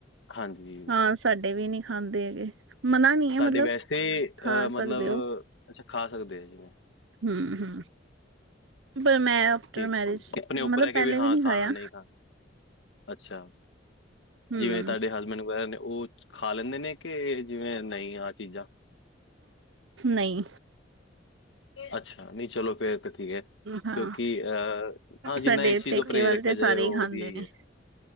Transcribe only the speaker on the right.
ਹਾਂ ਸਾਡੇ ਵੀ ਨਹੀਂ ਖਾਂਦੇ ਹੈਗੇ। ਮਨਾ ਨੀ
ਐ ਮਤਲਬ
ਖਾ
ਸਕਦੇ
ਹਮ-ਹਮ ਪਰ ਮੈਂ ਆਫਟਰ
ਮੈਰਿਜ
ਮਤਲਬ
ਪਹਿਲੇ
ਨੀ
ਖਾਇਆ,
ਹੂੰ,
ਨਹੀਂ
ਹਾਂ,
ਸਾਡੇ
ਪੇਕੇ
ਵੱਲ
ਤੇ
ਸਾਰੇ
ਈ ਖਾਂਦੇ
ਨੇ,